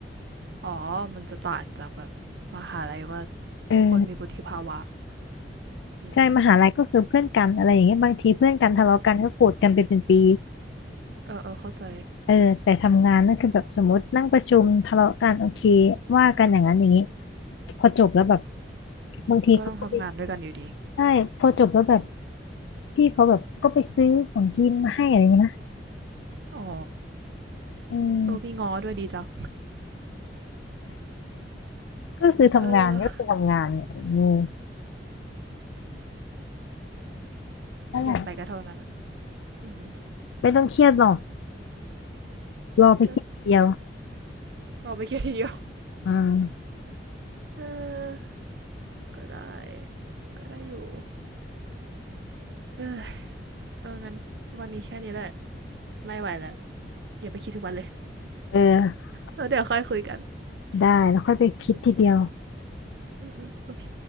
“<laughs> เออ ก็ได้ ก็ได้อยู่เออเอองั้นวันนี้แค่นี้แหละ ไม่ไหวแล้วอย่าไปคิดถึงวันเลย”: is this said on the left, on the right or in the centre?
Right